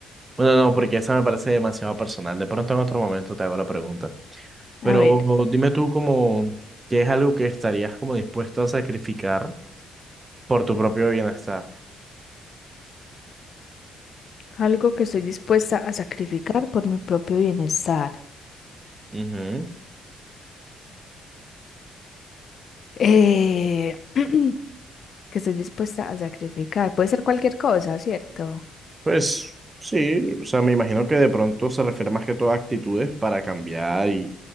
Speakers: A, on the right (about 25°); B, on the left (about 55°).
A: bueno, no, porque esa me parece demasiado personal. De pronto en otro momento te hago la pregunta. Pero
B: A ver,
A: dime tú como, ¿qué es algo que estarías como dispuesto a sacrificar por tu propio bienestar?
B: algo que estoy dispuesta a sacrificar por mi propio bienestar.
A: Ujú.
B: Eh, <clears throat> que estoy dispuesta a sacrificar. Puede ser cualquier cosa, ¿cierto?
A: Pues sí, o sea, me imagino que de pronto se refiere más que todo a actitudes para cambiar y,